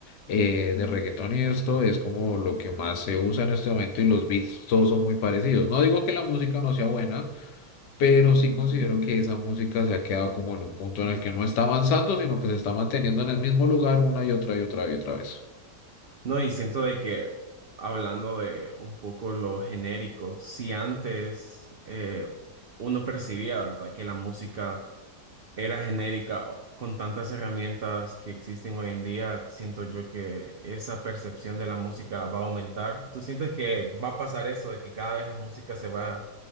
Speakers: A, on the left; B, on the right.
A: eh, de reggaetón y esto es como lo que más se usa en este momento y los beats todos son muy parecidos. No digo que la música no sea buena, pero sí considero que esa música se ha quedado como en un punto en el que no está avanzando, sino que se está manteniendo en el mismo lugar una y otra y otra y otra vez.
B: No, y siento de que hablando de un poco lo genérico, si antes eh, uno percibía, ¿verdad?, que la música era genérica, o- con tantas herramientas que existen hoy en día, siento yo que esa percepción de la música va a aumentar. ¿Tú sientes que va a pasar eso, de que cada vez la música se va a